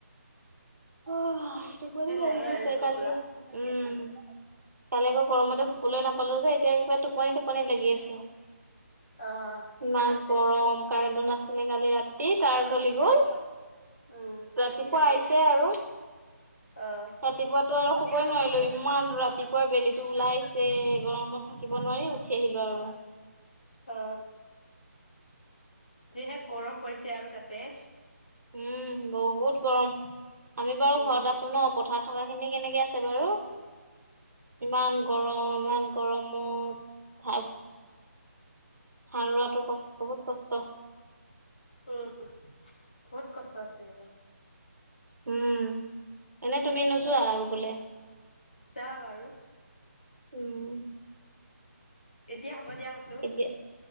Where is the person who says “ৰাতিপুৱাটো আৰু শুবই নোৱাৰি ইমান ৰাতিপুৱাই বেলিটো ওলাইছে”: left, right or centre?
Right